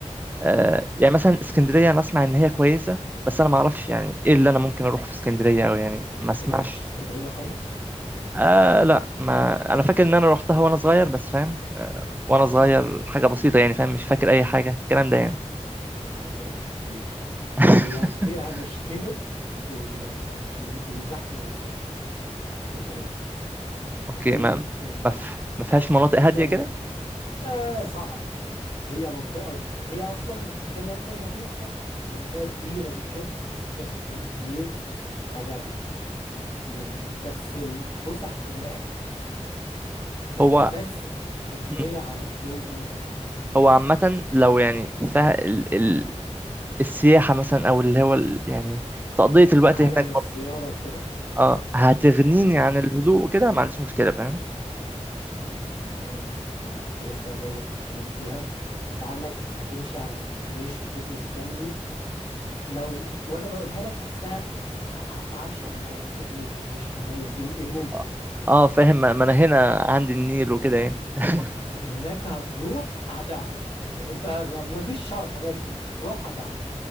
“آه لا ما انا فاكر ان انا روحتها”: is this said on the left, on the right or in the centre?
Right